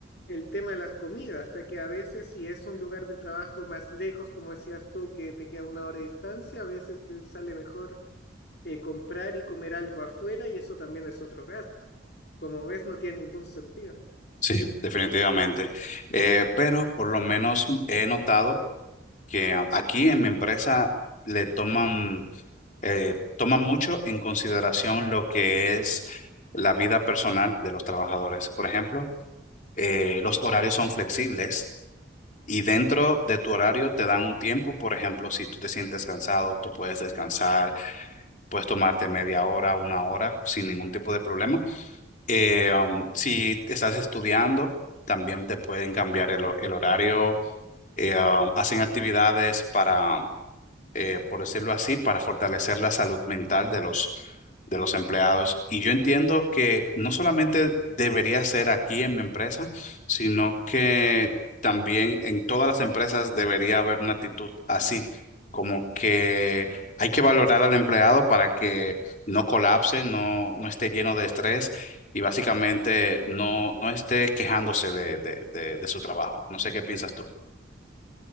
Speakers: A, on the left; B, on the left.
A: el tema de las comidas, ya que a veces si es un lugar de trabajo más lejos, como decías tú, que te queda una hora de distancia, a veces te sale mejor eh, comprar y comer algo afuera y eso también es otro gasto. Como ves, no tiene ningún sentido.
B: Sí, definitivamente. Eh, pero por lo menos he notado que a- aquí en mi empresa le toman, eh, toman mucho en consideración lo que es la vida personal de los trabajadores. Por ejemplo, eh, los horarios son flexibles y dentro de tu horario te dan un tiempo. Por ejemplo, si tú te sientes cansado, tú puedes descansar, puedes tomarte media hora, una hora sin ningún tipo de problema. Eh, um, si estás estudiando, también te pueden cambiar el, ho- el horario. Eh, um, hacen actividades para eh, por decirlo así, para fortalecer la salud mental de los, de los empleados. Y yo entiendo que no solamente debería ser aquí en mi empresa, sino que también en todas las empresas debería haber una actitud así, como que hay que valorar al empleado para que no colapse, no, no esté lleno de estrés y básicamente no, no esté quejándose de, de de- de su trabajo. No sé qué piensas tú.